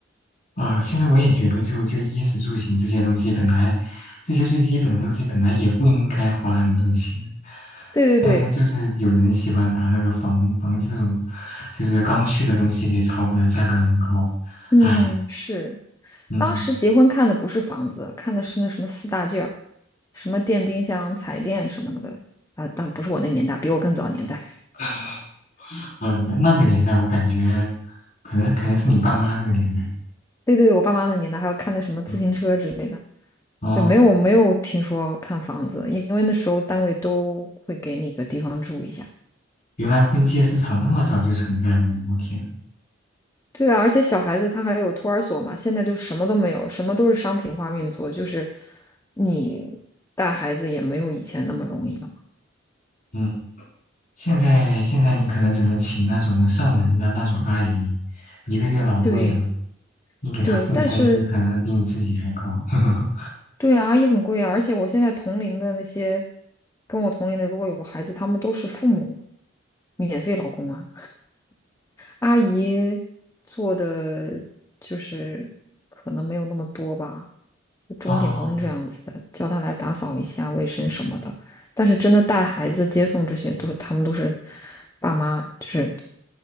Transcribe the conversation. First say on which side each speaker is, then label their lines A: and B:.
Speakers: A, on the left (about 45°); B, on the left (about 15°).
A: 啊，现在我也觉得就，就衣食住行这些东西，本来这些最基本的东西，本来也不应该花很多钱，
B: 对对对，
A: 但是就是有人喜欢把那个房房这种就是刚需的东西给炒的价格很高，
B: 嗯，
A: 唉，
B: 是。
A: 嗯，
B: 当时结婚看的不是房子，看的是那什么四大件儿，什么电冰箱、彩电什么那个啊，但不是我那个年代，比我更早年代。
A: <laughs> 呃，那个年代我感觉，可能可能是你爸妈那个年代，
B: <laughs> 对对对，我爸妈那年代还要看的什么自行车之类的。
A: 嗯，哦，
B: 对，没有没有听说看房子，因为那时候单位都会给你个地方住一下。
A: 原来婚介市场那么早就存在了呢我天，
B: 对啊，而且小孩子他还有托儿所嘛，现在就什么都没有，什么都是商品化运作，就是你带孩子也没有以前那么容易了嘛。
A: 嗯。现在现在你可能只能请那种上门的那种阿姨，一个月老贵了，
B: 对
A: 你给她付的工资可能比你自己还高。
B: 对，但是
A: <laughs>
B: 对啊，阿姨很贵啊，而且我现在同龄的那些跟我同龄的，如果有孩子，他们都是父母免费老公啊。阿姨做的就是可能没有那么多吧，钟点工这样子的，
A: 哦
B: 叫他来打扫一下卫生什么的。但是真的带孩子、接送这些都，他们都是爸妈，就是